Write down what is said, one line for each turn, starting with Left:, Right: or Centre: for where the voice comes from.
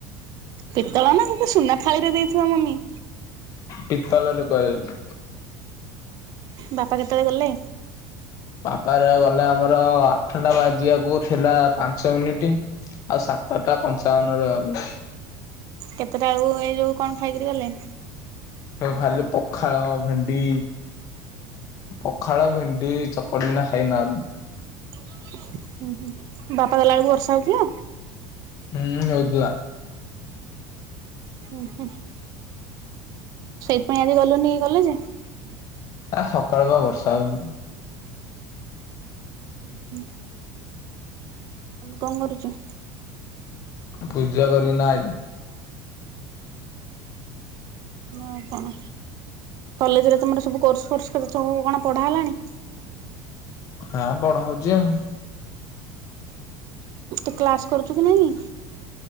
Right: ପିତ୍ତଳ ନାଁ ତୋତେ ସୁନା ଥାଳିରେ ଦେଇଥିବ ମମି।
Left: ପିତ୍ତଳରେ ଥୁଆ ହେଇଚି।
Right: ବାପା କେତେବେଳେ ଗଲେ?
Left: ବାପା ଯା ଗଲେ ଆମର ଆଠଟା ବାଜିବାକୁ ଥିଲା ପାଞ୍ଚ ମିନିଟ ଆଉ ସାତଟା ପଞ୍ଚାବନ ରେ ଗଲେ।
Right: କେତେଟା ବେଳକୁ ଏଉଁ ଯୋଉଁ କଣ ଖାଇକିରି ଗଲେ?
Left: ଖାଲି ପଖାଳ ଭେଣ୍ଡି ପଖାଳ ଭେଣ୍ଡି ଚକଟିନା ଖାଇକିନା ଗଲେ।
Right: <unintelligible> ଉଁହୁଁ ବାପା ଗଲାବେଳକୁ ବର୍ଷା ହଉଥିଲା?
Left: ହୁଁଉଁ ହଉଥିଲା।
Right: ଉଁ ହୁଁ ସେଇଥିପାଇଁ ଆଜି ଗଲନି କି କଲେଜ?
Left: ଆଁ ସକାଳୁ ଜମା ବର୍ଷା ହଉଚି।
Right: ଉଁ ହୁଁ କଣ କରୁଛୁ?
Left: ପୂଜା କରିବି ନାଏ
Right: ହଁ କହ କଲେଜରେ କଣ ସବୁ କୋର୍ସ ଫୋର୍ସ ସବୁ କଣ ପଢା ହେଲାଣି?
Left: ହାଁ ପଢା ହଉଛି ଆଉଁ।
Right: ତୁ କ୍ଲାସ କରୁଛୁ କି ନାଇଁ?